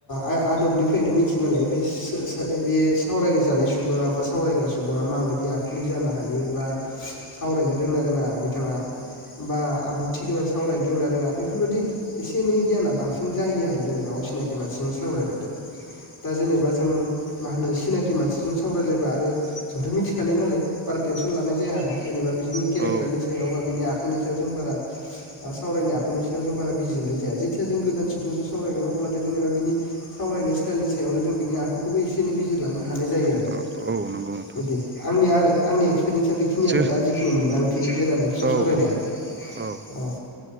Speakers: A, on the left (about 45°); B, on the right (about 25°).
A: आय आदबनिफ्रायनो मिथियो नालाय बे <unintelligible> सावरायनाय जानाय सुबुङा बा सावरायग्रा सुबुंआ माबायदि आखुनि जानो हायो बा सावरायनो रोङोना रोङा बिथाङा बा आब्रुथि गोनां सावरायनो रोङोना रोङा बेफोरबायदि एसे एनै गियाना बांसिन जायो आरो जेनेबा असिनाखि मानसिजों सावरायबाथाय दा जेनेबा जों मा होनो <unintelligible> मानसिजों सावरायलायबा आरो जोंथ' मिथिखानाय नालाय बारा टेनसन लानाय जाया आरो जेनेबा बिनि केरेक्टारनि
B: औ
A: सायाव बा बिनि आखुनि सायाव जों बारा सावरायनाय आखुनि सायाव जों बारा बिजिरनाय जाया जेथिया जों गोदान सुबुंजों सावरायगोन अब्लाथ' जेनेबा बिनि सावरायनाय स्टाइलनि सायावनो जों बिनि आखुखौबो एसे एनै बिजिरलांनो हा नाय जायो
B: औ
A: आरो
B: औ नंगौ नोंथां
A: बिदि आंनि आरो आंनि एक्स पिरेन्सा बेखिनि
B: सो
A: आरो दा जिखिनि मोनदां थिम गोदान एफस'आव
B: औ
A: सावरायनाया
B: औ औ
A: अ